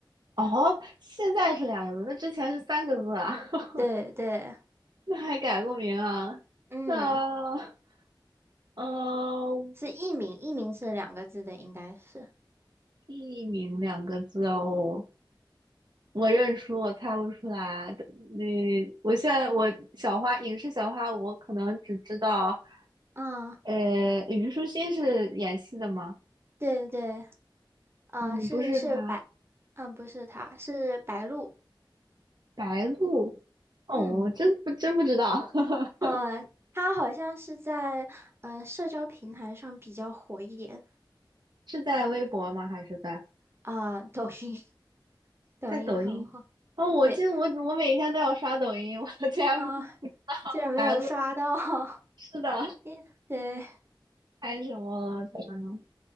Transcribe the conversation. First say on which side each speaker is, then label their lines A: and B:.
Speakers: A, on the right (about 60°); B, on the right (about 30°).
A: 哦，现在是两个字，那之前是三个字啊？<laughs>
B: <laughs> 对对，
A: 那还改过名啊？
B: 嗯，
A: 那呃，
B: 是艺名，艺名是两个字的，应该是，
A: 艺名两个字哦，我认输，我猜不出来。的那我现在我小花影视小花，我可能只知道，
B: 嗯，
A: 呃，虞书欣是演戏的吗？
B: 对对。啊，
A: 嗯，
B: 是是白，
A: 不是她，
B: 嗯，不是他，是白鹿。
A: 白鹿。哦，
B: 嗯，
A: 我真不真不知道，<laughs>
B: 呃，他好像是在嗯、呃社交平台上比较火一点
A: 是在微博吗？还是在
B: 啊、抖音，<laughs> 抖音很火。
A: 在抖音？哦，我记得我我每天都要刷抖音，
B: 对，
A: 我的天，
B: 啊、竟然没有刷到，
A: 白鹿
B: <laughs>
A: 是的，
B: 也对，
A: <laughs> 还有什么了？天呐